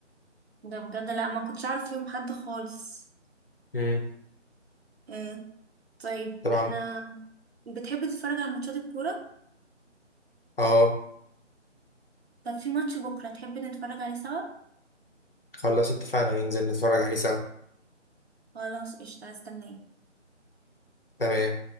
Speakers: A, on the right; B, on the left.
A: ده بجد لا ما كنتش عارف فيهم حد خالص
B: مم.
A: آه طيب
B: طبعا
A: احنا بتحبي تتفرج على ماتشات الكورة؟
B: اه
A: طب في ماتش بكرة تحبي نتفرج عليه سوا؟
B: خلاص اتفقنا ننزل نتفرج عليه سوا
A: خلاص قشطة هستناك
B: تمام